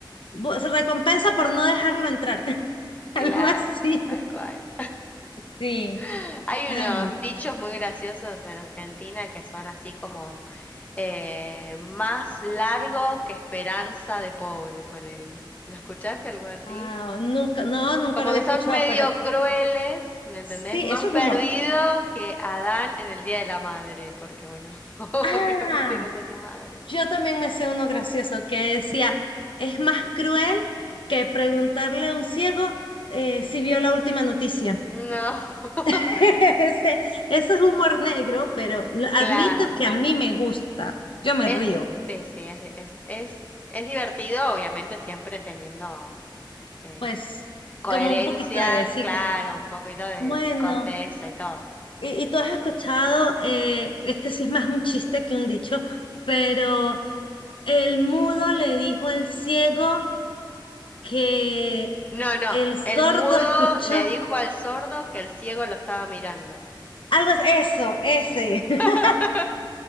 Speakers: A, on the left; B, on the left.
A: bu- recompensa por no dejarlo entrar. <laughs>
B: Claro,
A: Algo así.
B: tal cual.
A: Sí.
B: <laughs> Hay
A: Ay,
B: unos dichos muy graciosos en Argentina que son así como eh, más largo que esperanza de pobre, ponele. ¿Lo escuchaste algo así?
A: Ah, nunca, no, nunca
B: Como
A: lo había
B: que son
A: escuchado,
B: medio
A: pero
B: crueles, ¿me entendés?
A: sí,
B: Más
A: eso
B: perdido
A: es humor.
B: que Adán en el Día de la Madre, porque bueno, <laughs> obviamente
A: Ah,
B: no tenía madre.
A: yo también me sé uno gracioso que decía, es más cruel que preguntarle a un ciego eh, si vio la última noticia.
B: No, <laughs>
A: <laughs> Ese, eso es humor negro, pero lo
B: claro.
A: admito que a mí me gusta, yo me
B: Es,
A: río,
B: sí, sí, es, es, es, es divertido, obviamente, siempre teniendo eh,
A: pues
B: coherencia,
A: como un poquito de sí.
B: claro,
A: claro.
B: un poquito del
A: Bueno.
B: contexto y todo.
A: Y, y tú has escuchado, eh, este sí es más un chiste que un dicho, pero el mudo le dijo al ciego que
B: No, no,
A: el sordo
B: el mudo
A: escuchó
B: le dijo al sordo que el ciego lo estaba mirando.
A: algo, es eso, ese. <laughs>
B: <laughs>